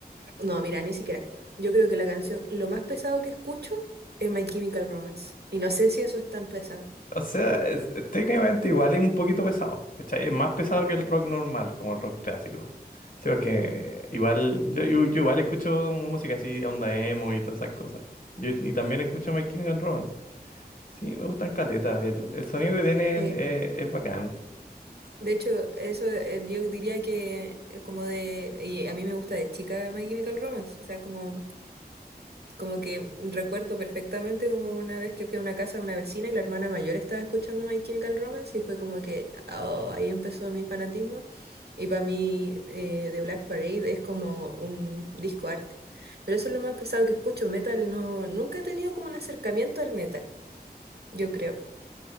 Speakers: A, on the right (about 75°); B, on the left (about 55°).
A: No, mira, ni siquiera. Yo creo que la canción, lo más pesado que escucho es My Chemical Romance. Y no sé si eso es tan pesado.
B: O sea, es- es técnicamente igual es un poquito pesado, ¿cachai? Es más pesado que el rock normal, como el rock clásico. Sí, porque
A: Mm,
B: igual, yo, yo- yo igual escucho como música así, onda emo y todas esas cosas. Yo- y también escucho My Chemical Romance. Sí, me gustan caletas, el, el sonido que tienen
A: sí.
B: eh, es bacán.
A: De hecho, eso eh, yo diría que eh, como de. Y a mí me gusta de chica My Chemical Romance. O sea, como Como que recuerdo perfectamente como una vez que fui a una casa de una vecina y la hermana mayor estaba escuchando My Chemical Romance y fue como que oh, ahí empezó mi fanatismo. Y para mí eh, The Black Parade es como un disco arte. Pero eso es lo más pesado que escucho. Metal no, nunca he tenido como un acercamiento al metal, yo creo.